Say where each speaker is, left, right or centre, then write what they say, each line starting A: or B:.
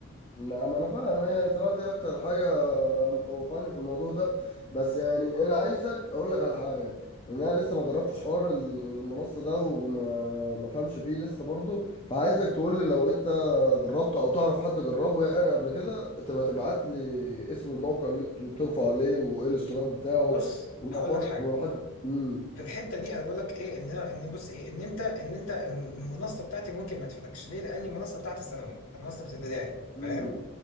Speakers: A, on the left; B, on the left.
A: لا ما انا فاهم هي الصراحه دي اكتر حاجه مخوفاني في الموضوع ده بس يعني انا عايزك اقول لك على حاجه ان انا لسه ما جربتش حوار المنصه ده وما ما فهمش فيه لسه برضو فعايزك تقول لي لو انت جربته او تعرف حد جربه يعني قبل كده تبقى تبعت لي اسم الموقع اللي انتوا بترفعوا عليه وايه الاشتراك بتاعه
B: بص
A: ولو
B: هقول
A: برضو
B: لك حاجه
A: وحد امم
B: في الحته دي انا بقول لك ايه ان أنا- ان بص ايه ان انت ان انت المنصه بتاعتي ممكن ما تفيدكش ليه لان المنصه بتاعتي ثانوي انت منصه ابتدائي فاهم
A: امم